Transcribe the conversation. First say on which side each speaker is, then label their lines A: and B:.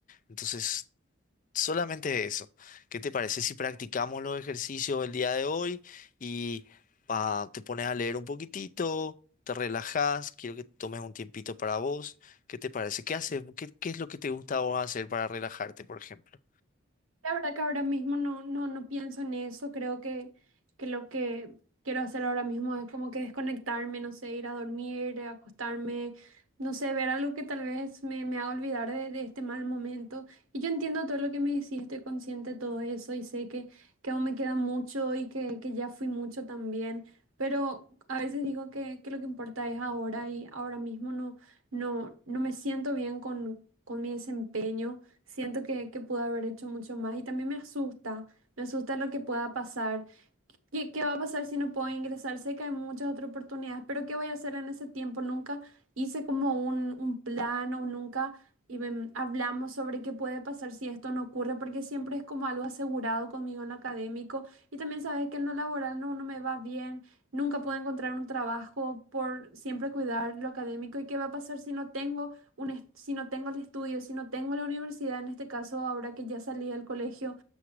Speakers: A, on the left; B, on the right.
A: Entonces, solamente eso. ¿Qué te parece si practicamos los ejercicios el día de hoy y pa, te pones a leer un poquitito? Te relajas, quiero que tomes un tiempito para vos. ¿Qué te parece? ¿Qué haces? ¿Qué, qué es lo que te gusta a vos hacer para relajarte, por ejemplo?
B: La verdad que ahora mismo no, no, no pienso en eso. Creo que, que lo que quiero hacer ahora mismo es como que desconectarme, no sé, ir a dormir, eh, acostarme, no sé, ver algo que tal vez me, me haga olvidar de, de este mal momento. Y yo entiendo todo lo que me decís, estoy consciente de todo eso y sé que, que aún me queda mucho y que, que ya fui mucho también. Pero a veces digo que, que lo que importa es ahora y ahora mismo no, no, no me siento bien con, con mi desempeño. Siento que, que pude haber hecho mucho más y también me asusta, me asusta lo que pueda pasar. ¿Qué, qué va a pasar si no puedo ingresar? Sé que hay muchas otras oportunidades, pero ¿qué voy a hacer en ese tiempo? Nunca hice como un, un plan o nunca y, ven, hablamos sobre qué puede pasar si esto no ocurre, porque siempre es como algo asegurado conmigo en lo académico y también sabes que en lo laboral no, no me va bien, nunca puedo encontrar un trabajo por siempre cuidar lo académico y qué va a pasar si no tengo un, est- si no tengo el estudio, si no tengo la universidad, en este caso ahora que ya salí del colegio,